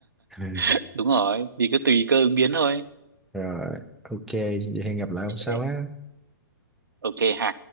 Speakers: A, in the centre; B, on the right.
A: <laughs>
B: <laughs> đúng rồi thì cứ tùy cơ ứng biến thôi
A: Ừ. Rồi ok vậy hẹn gặp lại hôm
B: ok
A: sau á
B: ok ha